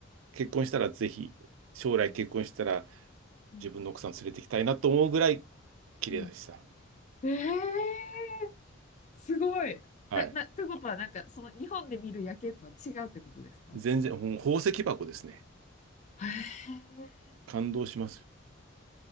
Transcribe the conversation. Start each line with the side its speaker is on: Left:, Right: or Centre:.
Right: 結婚したらぜひ、将来結婚したら
Left: うん。
Right: 自分の奥さん連れてきたいなと思うぐらい綺麗でした。
Left: うんええーすごい。
Right: はい。
Left: な、な、ということは、なんか、その日本で見る夜景とは違うってことですか
Right: 全然、ほん宝石箱ですね。
Left: へえ、
Right: 感動しますよ。